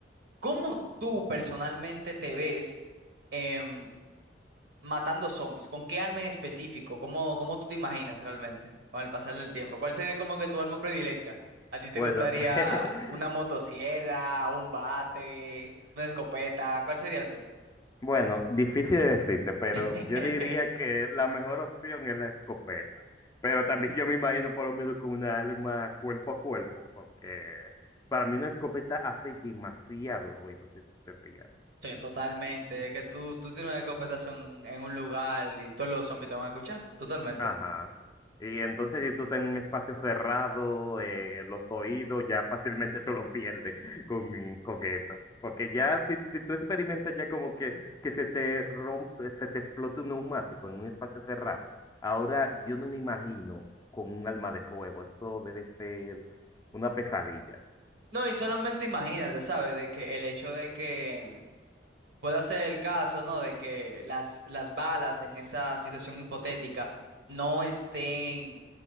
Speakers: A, on the right; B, on the left.
A: ¿cómo tú personalmente te ves? em, matando zombies, ¿con qué arma en específico? ¿Cómo, cómo tú te imaginas realmente con el pasar del tiempo? ¿Cuál sería como que tu arma predilecta? ¿A ti te
B: Bueno,
A: gustaría
B: <laughs>
A: una motosierra, un bate, una escopeta? ¿Cuál sería tú?
B: bueno, difícil de decirte, pero
A: <laughs>
B: yo diría que la mejor opción es la escopeta. Pero también yo me imagino por lo menos con una arma cuerpo a cuerpo, porque para mí una escopeta hace demasiado ruido, si tú te fijas.
A: Sí, totalmente. Es que tú, tú tienes una escopeta en, en un lugar y todos los zombies te van a escuchar. Totalmente.
B: Ajá. Y entonces, si tú estás en un espacio cerrado, eh, los oídos, ya fácilmente tú lo pierdes con, con eso. Porque ya, si, si tú experimentas ya como que, que se te rompe, se te explota un neumático en un espacio cerrado. Ahora, yo no me imagino con un alma de fuego. Eso debe ser una pesadilla.
A: No, y solamente imagínate, ¿sabes? De que el hecho de que pueda ser el caso, ¿no? De que las, las balas en esa situación hipotética no estén